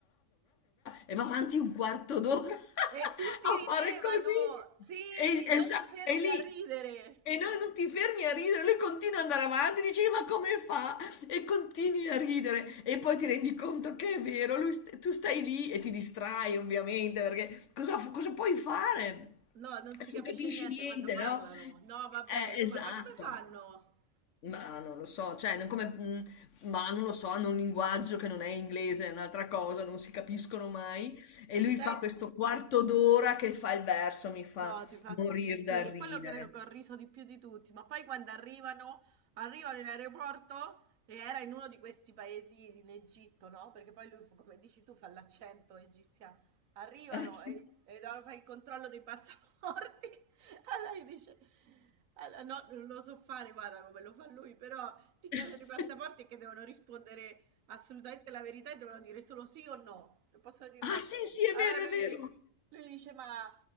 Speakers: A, on the left (about 65°); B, on the right (about 85°).
A: e va avanti un quarto d'ora <laughs> a
B: E tutti ridevano!
A: fare così.
B: Sì,
A: E, e
B: non
A: sa-
B: ti fermi
A: e lì
B: a ridere!
A: e noi non ti fermi a ridere, lui continua ad andare avanti, dici ma come fa? E continui a ridere e poi ti rendi conto che è vero, lui st- tu stai lì e ti distrai ovviamente perché cosa, f- cosa puoi fare?
B: No, non si capisce
A: Non capisci
B: niente
A: niente,
B: quando parlano.
A: no?
B: No, vabbè,
A: Eh,
B: io
A: esatto.
B: ma, ma come fanno?
A: Ma non lo so, cioè, non come, mhmm, ma non lo so, hanno un linguaggio che non è inglese, è un'altra cosa, non si capiscono mai. E lui
B: Se-
A: fa questo quarto d'ora che fa il verso, mi fa
B: no, ti fa... sp-
A: morir dal
B: Sì,
A: ridere.
B: quello credo che ho riso di più di tutti, ma poi quando arrivano, arrivano in aeroporto e era in uno di questi paesi in Egitto, no? Perché poi lui, come dici tu, fa l'accento egiziano. Arrivano
A: Ah sì.
B: e, e no, fa il controllo dei passaporti. <laughs> Allora gli dice, allora, no, non lo so fare, guarda come lo fa lui, però ti chiedono
A: <laughs>
B: i passaporti che devono rispondere assolutamente la verità e devono dire solo sì o no, non possono dire
A: Ah
B: un'altra
A: sì, sì,
B: cosa.
A: è vero,
B: Allora
A: è
B: lui,
A: vero.
B: ri- lui dice, ma,